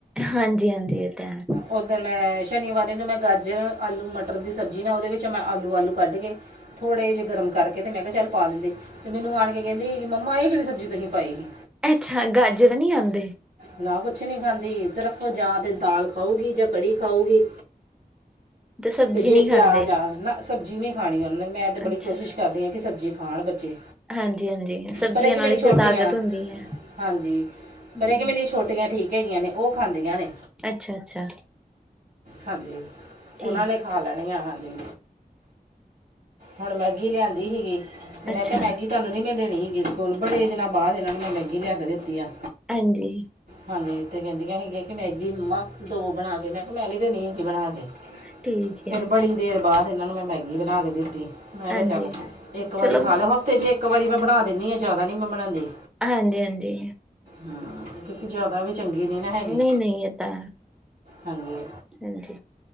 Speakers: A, in the centre; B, on the right.
A: ਹਾਂਜੀ -ਹਾਂਜੀ ਏ ਤਾਂ ਹੈ।
B: ਓਦਨ ਮੈਂ ਸ਼ਨੀਵਾਰ ਐਨੂੰ ਮੈਂ ਗਾਜਰ, ਆਲੂ ਲ, ਮਟਰ ਦੀ ਸਬਜ਼ੀ ਨਾ ਉਦੇ ਵਿੱਚ ਮੈਂ ਆਲੂ-ਆਲੂ ਕੱਢ ਕੇ ਥੋੜੇ ਜੇ ਗਰਮ ਕਰਕੇ ਤੇ ਮੈਂ ਕਿਆ ਚੱਲ ਪਾ ਦਿੰਦੀ ਤੇ ਮੈਨੂੰ ਆਣ ਕੇ ਕੈਂਦੀ ਮੰਮਾ ਏ ਕੇੜੀ ਸਬਜ਼ੀ ਤੁਹੀ ਪਾਈ ਸੀ।
A: ਅੱਛਾ, ਗਾਜਰ ਨੀ ਆਂਦੇ।
B: ਨਾ ਕੁਛ ਨੀ ਖਾਂਦੀ ਸਿਰਫ ਜਾਂ ਤੇ ਦਾਲ ਖਾਓਗੀ ਜਾਂ ਕੜੀ ਖਾਓਗੀ।
A: ਸਬਜ਼ੀ
B: ਤੇ ਜੇ
A: ਨਹੀਂ
B: ਪਿਆਜ਼
A: ਖਾਂਦੇ
B: ਆਨ ਨਾ ਸਬਜ਼ੀ ਨੀ ਖਾਣੀ ਓਨੇ, ਮੈਂ ਤਾਂ ਬੜੀ
A: ਅੱਛਾ
B: ਕੋਸ਼ਿਸ਼ ਕਰਦੀ ਆ ਕਿ ਸਬਜ਼ੀ ਖਾਣ ਬੱਚੇ।
A: ਹਾਂਜੀ-ਹਾਂਜੀ ਸਬਜ਼ੀਆਂ
B: ਪਰ ਇਹ ਕਿ
A: ਨਾਲ
B: ਮੇਰੀ
A: ਈ
B: ਛੋਟੀਆਂ
A: ਤੇ ਤਾਕਤ ਹੁੰਦੀ ਐ,
B: ਹਾਂਜੀ
A: ਹੂੰ।
B: ਪਰ ਇਹ ਕਿ ਮੇਰੀ ਛੋਟੀਆਂ ਠੀਕ ਹੈਗੀਆਂ ਨੇ ਓ ਖਾਂਦੀਆਂ ਨੇ।
A: ਅੱਛਾ-ਅੱਛਾ।
B: ਹਾਂਜੀ,
A: ਠੀਕ
B: ਓਨਾਂ ਨੇ ਖਾਂ ਲੈਣੀ ਐ ਹਾਂਜੀ। ਹੁਣ ਮੈਗੀ ਲਿਆਂਦੀ ਸੀਗੀ ਤੇ ਮੈਂ
A: ਅੱਛਾ
B: ਕਿਆ ਮੈਗੀ ਤਾਨੂੰ ਨੀ ਮੈਂ ਦੇਣੀ ਹੈਗੀ ਸਕੂਲ, ਬੜੇ ਦਿਨਾਂ ਬਾਅਦ ਐਨਾਂ ਨੂੰ ਮੈਂ ਮੈਗੀ ਲਿਆ ਕੇ ਦਿੱਤੀ ਆ।
A: ਹਾਂਜੀ।
B: ਹਾਂਜੀ, ਤੇ ਕੈਂਦੀਆਂ ਹੈਗੀਆਂ ਕਿ ਮੈਗੀ ਮੰਮਾ ਦੋ ਬਣਾ ਕੇ, ਮੈਂ ਕਿਆ ਮੈਂ ਨੀ ਦੇਣੀ ਮੈਗੀ ਬਣਾ ਕੇ
A: ਠੀਕ
B: ਫੇਰ
A: ਹੈ
B: ਬੜੀ ਦੇਰ ਬਾਅਦ ਐਨਾਂ ਨੂੰ ਮੈਂ ਮੈਗੀ ਬਣਾ ਕੇ ਦਿੱਤੀ। ਮੈਂ
A: ਹਾਂਜੀ
B: ਕਿਆ ਚੱਲ ਏਕ ਵਾਰੀ
A: ਚਲੋ
B: ਖਾ ਲਓ, ਹਫ਼ਤੇ ਚ ਏਕ ਵਾਰੀ ਮੈਂ ਬਣਾ ਦੇਨੀ ਆ ਜਾਦਾ ਨੀ ਮੈਂ ਬਣਾਂਦੀ।
A: ਹਾਂਜੀ-ਹਾਂਜੀ।
B: ਹਾਂ, ਕਿਉਂਕਿ ਜਾਦਾ ਵੀ ਚੰਗੀ ਨੀ ਨਾ ਹੈਗੀ,
A: ਨਹੀਂ-ਨਹੀਂ ਇਹ ਤਾਂ
B: ਹਾਂਜੀ।
A: ਹਾਂਜੀ।